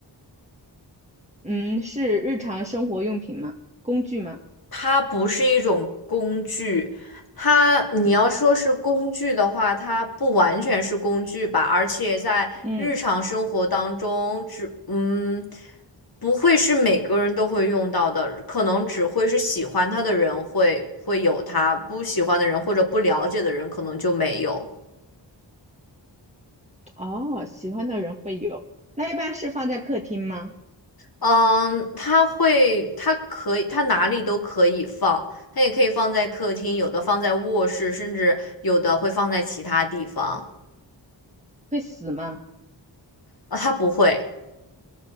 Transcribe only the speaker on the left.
它不是一种工具，它你要说是工具的话，它不完全是工具吧，而且在日常生活当中，
只嗯不会是每个人都会用到的，可能只会是喜欢它的人会会有它，不喜欢的人或者不了解的人可能就没有。
嗯，它会，它可以，它哪里都可以放，它也可以放在客厅，有的放在卧室，甚至有的会放在其他地方。
啊，它不会，